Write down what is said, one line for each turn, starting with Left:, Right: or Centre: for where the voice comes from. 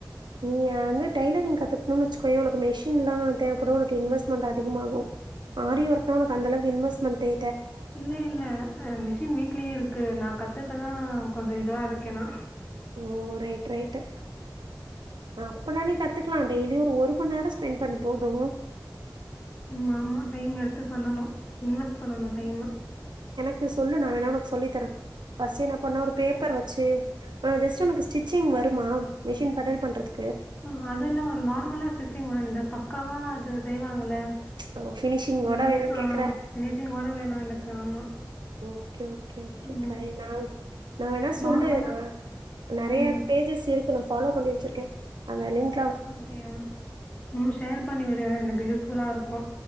Right: நீ அந்து டெய்லரிங் கத்துக்குணுனு வச்சுக்கோய உனக்கு மெஷின்ல்லா தேவப்படு உனக்கு இன்வஸ்ட்மன்ட் அதிகமாகு ஆரி ஒர்கனா உனக்கு அந்தளவுக்கு இன்வஸ்மெண்டே
Left: இல்ல இல்ல மிஷின் வீட்லயே இருக்கு நா கத்துக்கதா கொஞ்ச இதுவா இருக்கேனா
Right: ஓ ரைட் ரைட் அப்பநா நீ கத் கத்துக்லா டெய்லி ஒரு ஒரு மண் நேரம் ஸ்பெண்ட் பண்ணு போதும்
Left: ம் ஆமா டைம் எடுத்து பண்ணணு இன்வெஸ்ட் பண்ணணு டைம
Right: கு சொல்லு நா வேணா உனக்கு சொல்லித்தர பஸ் என்னா பண்ணா ஒரு பேப்பர் வச்சு அ ஜஸ்ட் உனக்கு ஸ்டிச்சிங் வருமா மிஷின் படல் பண்றதுக்கு
Left: ம் அதெல்லா வரு நார்மலா ஸ்விச்சிங் வரு இந்த பக்காவா அது செய்வாங்கல
Right: ஓ! ஃபினிஷிங்கோட
Left: எல்லாமே
Right: வேணும்னு
Left: ஆ
Right: கேட்குற.
Left: ஃபினிஷிங்கோட வேணு எனக்கு ஆமா
Right: ஓகே ஓக் ஓகே ஓகே
Left: ம்.
Right: ட்ரை நா‌ நா வேணா சொல்லு
Left: நார்மலா
Right: நா நறைய
Left: ம்.
Right: பேஜஸ் இருக்கு நா ஃபாலோ பண்ணி வச்சிருக்கே அந்த லிங்க்
Left: அப்டியா ம் ஷேர் பண்ணி விடு எனக்கு யூஸ்ஃபுல்லா இருக்கூ